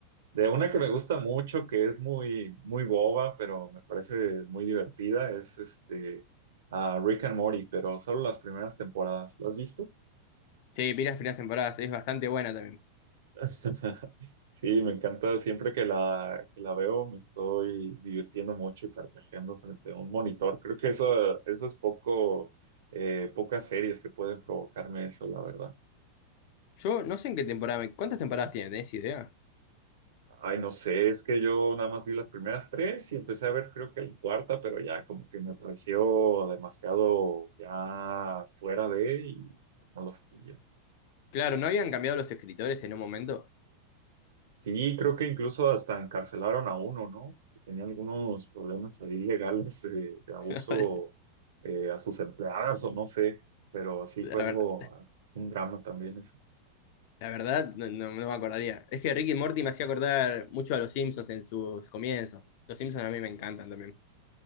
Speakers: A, on the right; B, on the left.
A: De una que me gusta mucho, que es muy, muy boba, pero me parece muy divertida, es este a Rick and Morty, pero solo las primeras temporadas. ¿Las has visto?
B: Sí, vi las primeras temporadas, es bastante buena también.
A: <laughs> Sí, me encanta siempre que la, que la veo, me estoy divirtiendo mucho y carcajeando frente a un monitor. Creo que eso, eso es poco, eh, pocas series que pueden provocarme eso, la verdad.
B: Yo no sé en qué temporada, me- ¿cuántas temporadas tiene? ¿Tenés idea?
A: Ay, no sé, es que yo nada más vi las primeras tres y empecé a ver creo que la cuarta, pero ya como que me pareció demasiado ya fuera de y no los quería.
B: Claro, ¿no habían cambiado los escritores en un momento?
A: Sí, creo que incluso hasta encarcelaron a uno, ¿no? Que tenía algunos problemas ahí legales de, de abuso
B: <laughs>
A: eh, a sus empleadas o no sé, pero sí
B: La,
A: fue
B: ver-
A: algo, ah, un drama también eso.
B: la verdad, no, no- no me acordaría. Es que Ricky Morty me hacía acordar mucho a los Simpsons en sus comienzos. Los Simpsons a mí me encantan también.